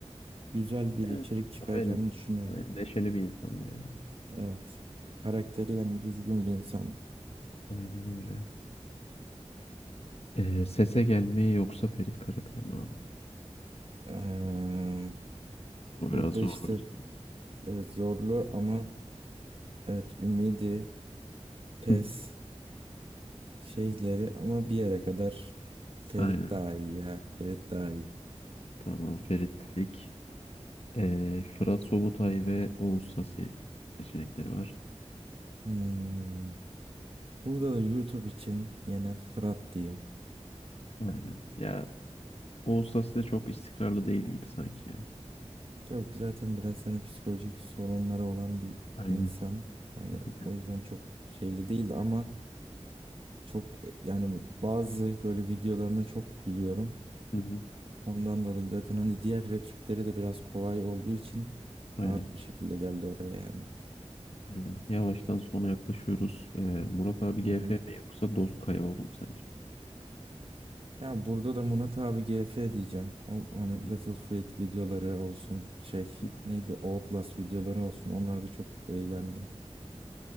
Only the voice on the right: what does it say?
güzel bir
içerik çıkaracağını
düşünüyorum.
Evet. Karakteri yani düzgün bir insan.
Eee,
burada
işte
evet zorlu ama evet ümidi, pes
şeyleri ama bir yere kadar Ferit
daha iyi ya. Ferit daha iyi.
Hmm, Burada da YouTube için yine Fırat diyeyim.
Ya bu zaten biraz hani psikolojik sorunları olan bir
insan. Yani
o yüzden çok şeyli değil ama çok yani bazı böyle videolarına çok gülüyorum.
Ondan dolayı zaten hani diğer rakipleri de biraz kolay olduğu için
rahat bir şekilde geldi oraya yani.
Hı hı.
Ya burada da Murat abi GF diyeceğim. O hani
Battlefield videoları olsun şey
neydi Outlast videoları olsun onlarda çok eğlendim.